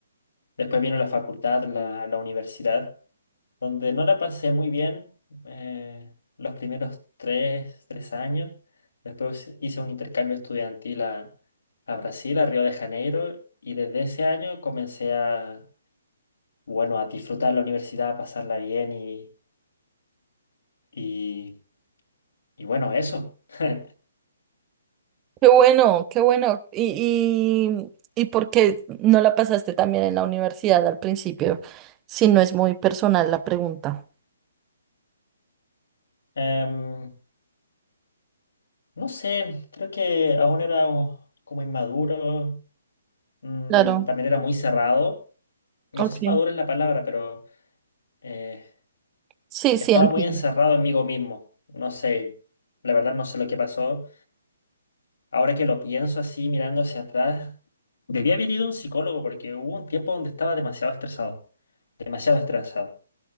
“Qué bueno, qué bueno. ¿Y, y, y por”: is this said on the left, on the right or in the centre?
Right